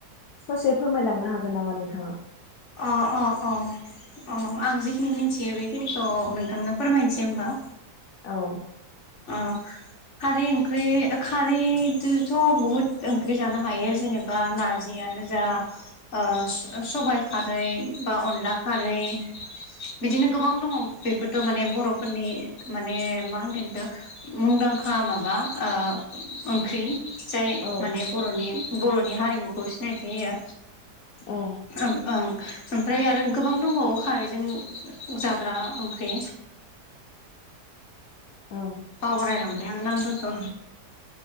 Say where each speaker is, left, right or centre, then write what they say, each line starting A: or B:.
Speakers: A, on the left; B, on the left.
A: ससे फोरमायलांनो हागोन नामा नोंथाङा?
B: अ अ अ अ आं जिखिनि मिथियो बेखिनिखौ नोंथांनो फोरमायनोसै होमबा।
A: औ।
B: अ खारै ओंख्रि खारैदोथ' बहुद ओंख्रि जानो हायो जेनेबा नारजियानो जा ओ सबाइ खारै बा अनला खारै बिदिनो गोबां दङ बेफोरथ' माने बर'फोरनि माने मा होनगोन‌ इखो मुंदांखा माबा ओ ओंख्रि। जाय
A: औ
B: माने बर'नि बर' नि हारिमुखौ सिनायथि होयो।
A: औ
B: ओम ओं। ओमफ्राय आरो गोबां दंबावो खारैजों जाग्रा ओंख्रि।
A: औ।
B: बराय लांबाय आं नामफोरखौ।